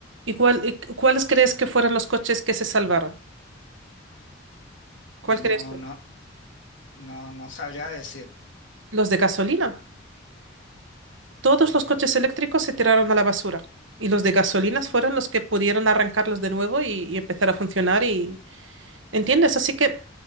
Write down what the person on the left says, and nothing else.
no,
no, no, no sabría decir.